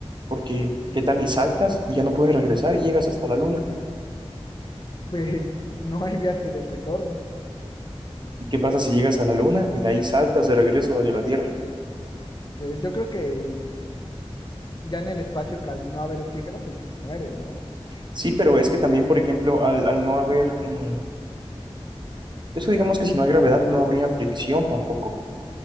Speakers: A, on the right; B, on the left.
A: Porque, ¿qué tal y saltas y ya no puedes regresar y llegas hasta la luna?
B: Pues no hay viaje de retorno.
A: ¿Y qué pasa si llegas a la luna y de ahí saltas de regreso hacia la Tierra?
B: Pues yo creo que ya en el espacio, que al no haber oxígeno, pues mueres, ¿no?
A: Sí, pero es que también, por ejemplo, al, al no haber... mm, eso digamos que si no hay gravedad no habría fricción tampoco.